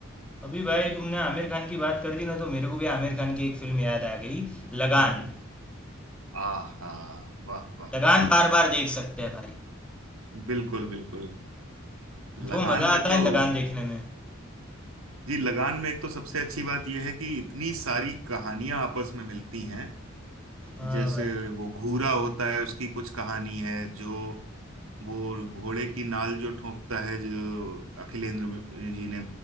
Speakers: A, in the centre; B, on the right.
A: अभी भाई तुमने आमिर खान की बात कर दी ना तो मेरे को भी आमिर खान की एक फिल्म याद आ गई लगान
B: हम्म आहा वाह वाह
A: लगान
B: वाह
A: बार बार देख सकते हैं भाई
B: बिल्कुल बिल्कुल लगान
A: जो मजा
B: में
A: आता
B: तो
A: है लगान देखने में
B: जी लगान में एक तो सबसे अच्छी बात यह है कि इतनी सारी कहानियां आपस में मिलती हैं
A: हाँ
B: जैसे
A: भाई
B: वो घूरा होता है उसकी कुछ कहानी है जो वो घोड़े की नाल जो ठोंकता है जो अखिलेंद्र मि- जी ने